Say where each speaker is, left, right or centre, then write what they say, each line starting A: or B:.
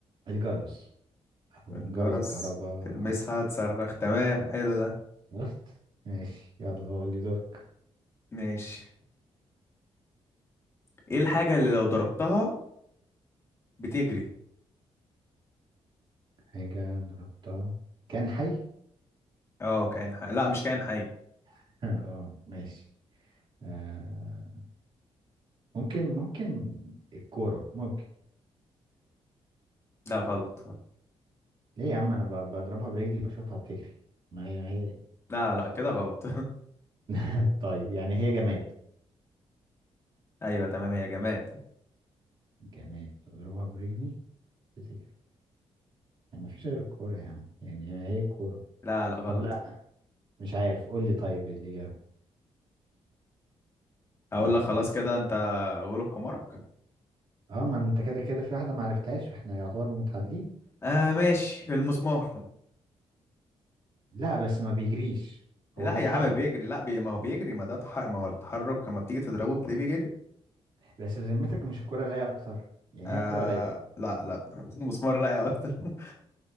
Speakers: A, on the right; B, on the left.
A: الجرس أو
B: الجرس
A: جرس الكهرباء
B: تلمسها تصرخ تمام حلو ده
A: شفت ماشي يلا قول لي دورك
B: ماشي إيه الحاجة اللي لو ضربتها بتجري
A: حاجة ضربتها كان حي
B: اه كائن حي لا مش كائن حي
A: <laughs> اه ماشي آه ممكن ممكن الكورة ممكن
B: لا غلط
A: ليه يا عم انا ب- بضربها برجلي بشوطها بتجري ما هي هي دي
B: لا لا كده غلط
A: <laughs> طيب يعني هي جماد
B: <laughs> ايوه تمام هي جماد
A: جماد اضربها برجلي بتجري يعني ما فيش غير الكورة يا عم يعني هي الكورة
B: لا لا غلط
A: طب لا مش عارف قول لي طيب إيه الإجابة
B: اقول
A: يعني
B: لك خلاص كده انت غلب حمارك
A: اه ما انت كده كده في واحدة ما عرفتهاش فاحنا يعتبر متعادلين
B: آه ماشي المسمار
A: لا بس ما بيجريش
B: لا
A: هو بيتحرك
B: يا عم بيجري لا بي... ما هو بيجري ما ده تح... ما هو التحرك لما بتيجي تضربه بتلاقيه بيجري
A: بس في ذمتك مش الكورة لايقة اكتر يعني
B: آه
A: هي الكورة لايقة
B: لا لا <laughs> المسمار لا يا اكتر <laughs>